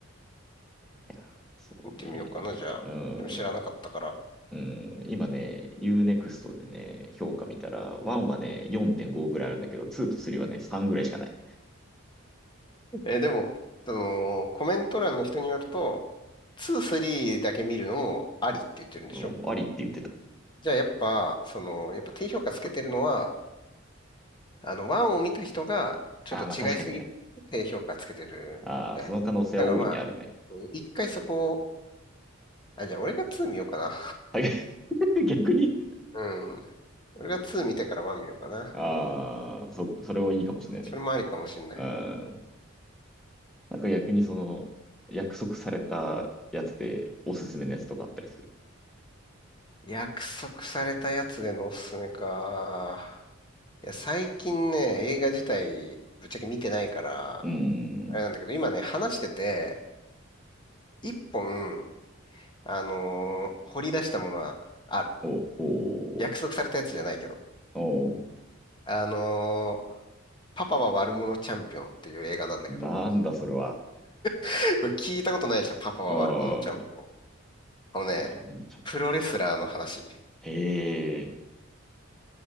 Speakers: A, in the centre; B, on the left.
A: いやー、そうね。
B: う、見てみようかな、じゃあ。
A: うん、
B: でも知らなかったから。
A: うん、今ね、ユーネクストでね、評価見たら、1はね、4.5ぐらいあるんだけど、2と3はね、3ぐらいしかない。
B: え、でも、その、コメント欄の人によると、2、3だけ見るのもありって言ってるんでしょ
A: うん、ありって言ってた。
B: じゃあやっぱ、その、やっぱ低評価つけてるのは、あの、1を見た人が、ちょっと違いすぎるって評価つけてるみたい。
A: ああ、まあ確かにね。ああ、その可能性は大いにあるね。
B: だからまあ、うん一回そこを、あ、じゃあ俺が2見ようかな。
A: はい。<laughs> 逆に
B: <laughs> うん。俺が2見てから1見ようかな。
A: ああ、そ、それはいいかもしれないね。
B: それもありかもしんない。
A: うんなんか逆にその、約束されたやつでおすすめのやつとかあったりする。
B: 約束されたやつでのおすすめか。いや、最近ね、映画自体、ぶっちゃけ見てないから、
A: うーん。
B: あれなんだけど、今ね、話してて、一本、あのー掘り出したものはある。
A: お、お、
B: 約束されたやつじゃないけど。
A: お、
B: あのーパパは悪者チャンピオンっていう映画なんだけど、
A: なんだそれは。
B: <laughs> これ聞いたことないでしょパパは悪者チャンピオン。
A: ああ、お、
B: あのね、
A: あるものちゃん。
B: プロレスラーの話。
A: へえ。